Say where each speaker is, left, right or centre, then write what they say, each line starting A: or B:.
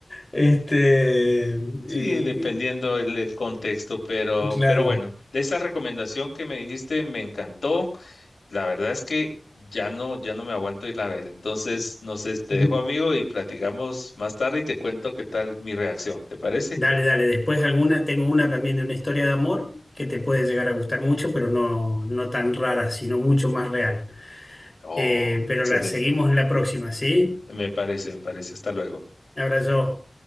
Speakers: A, on the left; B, on the left.
A: Este,
B: Sí,
A: y-
B: dependiendo el, el contexto, pero,
A: y- claro.
B: pero bueno, de esa recomendación que me dijiste me encantó. La verdad es que ya no, ya no me aguanto ir a ver. Entonces, no sé, te
A: Mm,
B: dejo amigo y platicamos más tarde y te cuento qué tal mi reacción. ¿Te parece?
A: Dale, dale, después alguna, tengo una también de una historia de amor que te puede llegar a gustar mucho, pero no, no tan rara, sino mucho más real.
B: Oh,
A: Eh, pero
B: excelente.
A: la seguimos en la próxima, ¿sí?
B: Me parece, me parece. Hasta luego.
A: Abrazo.